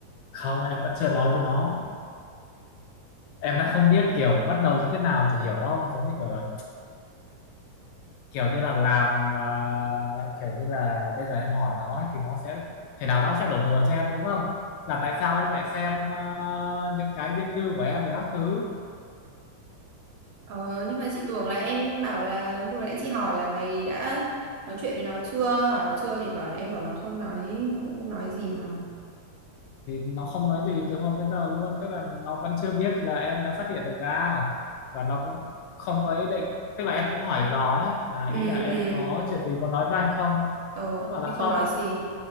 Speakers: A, on the left; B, on the right.
A: không em vẫn chưa nói với nó em đang không biết kiểu bắt đầu như thế nào thì hiểu không giống như kiểu là kiểu như là làm à, kiểu như là bây giờ em hỏi nó ấy, thì nó sẽ thế nào đó sẽ đổ thừa cho em đúng không là tại sao anh lại xem à, những cái riêng tư của em về các thứ
B: Ờ, nhưng mà chị tưởng là em bảo là lúc nãy chị hỏi là mày đã nói chuyện với nó chưa hỏi nó chưa thì bảo là em bảo nó không nói nó cũng không nói gì mà
A: thì nó không nói gì từ hôm đến giờ luôn tức là nó vẫn chưa biết là em đã phát hiện được ra và nó cũng không có ý định tức là em cũng hỏi dò ấy là
B: ừ
A: ý là em
B: ừ
A: có chuyện gì muốn nói với anh không
B: ờ
A: nó bảo là
B: thì
A: không
B: không nói gì